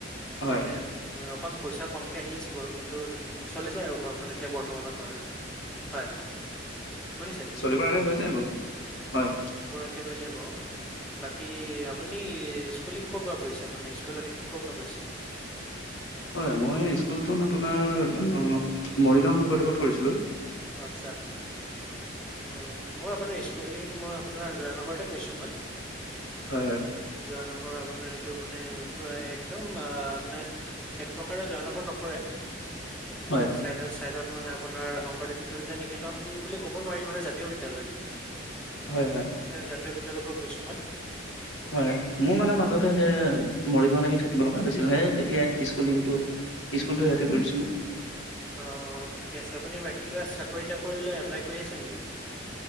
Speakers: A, on the left (about 70°); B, in the centre.
A: হয়,
B: মানে উ অকণ পইচা কমকৈ আহি আছে বাৰু কিন্তু চলি যায় আৰু ঘৰখন এতিয়া বৰ্তমানৰ <unintelligible> হয় শুনিছে।
A: চলিবগে হৈ যায় বাৰু হয়।
B: হয় যায় বাৰু বাকী আপুনি <unintelligible> গৈছে আপুনি সকলৈ শিক্ষকৰ পৰা কৈছে।
A: হয় মই স্কুলটো আপোনাৰ মৰিগাঁও শংকৰদেৱত কৰিছিলোঁ।
B: আচ্ছা উ মই আপোনাৰ স্কুলিং মই আপোনাৰ জয়ানগৰতে কৈছো মই।
A: হয় হয়।
B: জয়ানগৰ আপোনাৰ এইটো মানে একদম মানে এক প্ৰকাৰে জয়ানগৰ নপৰে অ'
A: হয়,
B: চাইদত-চাইদত, মানে আপোনাৰ শংকৰদেৱ, <unintelligible> তন বুলি ক'ব নোৱাৰি মানে জাতীয় বিদ্যালয়।
A: হয়-হয়।
B: এ জাতীয় বিদ্যালয়ৰ পৰা কৈছোঁ মই।
A: হয় মোৰ মানে মাজতে সেই মৰিগাঁত আহি থাকিব লগা হৈছিল হে তেতিয়া স্কুলিংটো স্কুলটো ইয়াতে কৰিছিলো।
B: অ-অ ঠিকে আছে আপুনি বাকী কিবা চাকৰি তাকৰি লৈ এপ্লাই কৰি আছা নেকি?